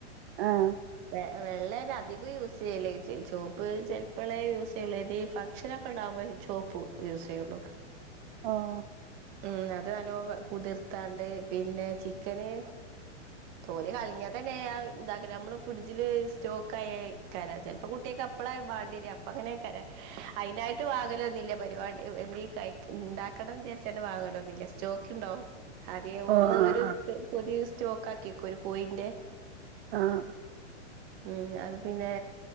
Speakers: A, on the right; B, on the right.
A: ആഹ്.
B: വെ വെള്ളെന്നെ അധികും യൂസെയ്യല്ലേച്ചീ ചോപ്പ് ചെൽപ്പളേ യൂസെയ്യെള്ളൂ ഏതേ ഈ ഫഗ്ഷനൊ ണ്ടാകുമ്പോ ചോപ്പു യൂസെയ്യുള്ളു.
A: ആഹ്.
B: ഉം. അത് അല്ലോ കുതിർത്താണ്ട് പിന്നെ ചിക്കന് ഓര് കള്ഞ്ഞതന്നെയ ന്താക്കല്ല അമ്മള് ഫിഡ്ജില് സ്റ്റോക്കായക്കാര ചെൽപ്പോ. പ്പൊ കുട്ട്യേക്ക് അപ്പള വാണ്ടിര അപ്പൊ അങ്ങനെക്കാരം അയിനായ്ട്ട് വാങ്ങലൊന്നില്ല്യ. പരിവാടി <unintelligible> കഴി ണ്ടാക്കണം ചാര്ച്ചാണ്ട് വാങ്ങലോന്നുല്ല്യ. സ്റ്റോക്ക് ഉണ്ടാവും ആദ്യേ ഒന്ന്
A: ഓ ആ
B: ഒരു
A: ആ
B: പുതിയ സ്റ്റോക്കാക്ക്യക്കും ഒരു കോയിന്റെ
A: ആഹ്.
B: ഉം. അത് പിന്നെ